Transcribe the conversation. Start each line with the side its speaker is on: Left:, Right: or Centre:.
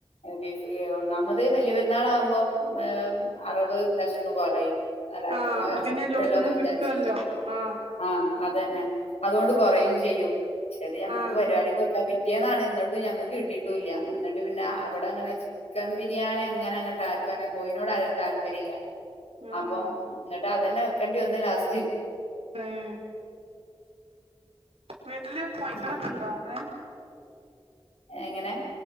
Left: ബീഫ് ഏ ഒന്നാമത് വലിയ പെരുന്നാൾ ആകുമ്പോം ഏഹ് അറവ് ലേശന്ന് കുറയും എല്ലാവർക്കും
Right: ആഹ്
Left: ഇറക്കല്ലോ
Right: പിന്നെ എല്ലോട്ത്തുന്നും
Left: എന്ന് വിചാരിച്ചിട്ട്
Right: കിട്ടുല്ലോ ആഹ്
Left: ആഹ് അതന്നെ അതുകൊണ്ട് കുറയും ചെയ്യും പക്ഷത് ഞങ്ങൾക്ക്
Right: ആഹ് അങ്ങനെ
Left: പരിപാടിക്ക് പിറ്റേന്നാണ് എന്നിട്ടും ഞങ്ങക്ക് കിട്ടിയിട്ടുല്ല എന്നിട്ട് പിന്നെ
Right: ആഹ്
Left: അവിടെ അങ്ങനെ ചിക്കൻ ബിരിയാണി അങ്ങനെ അങ്ങട്ട് ആർക്കും തന്നെ കോയിനോട് ആർക്കും താല്പര്യം ഇല്ല
Right: ആഹ്
Left: അപ്പൊ
Right: ആഹ്
Left: എന്നിട്ട് അതന്നെ വെക്കണ്ടി വന്ന് ലാസ്റ്റ്
Right: ഉം വീട്ടില് കോഴിക്കളൊക്കെണ്ടോ
Left: അങ്ങനെ
Right: അങ്ങനെ
Left: എങ്ങനെ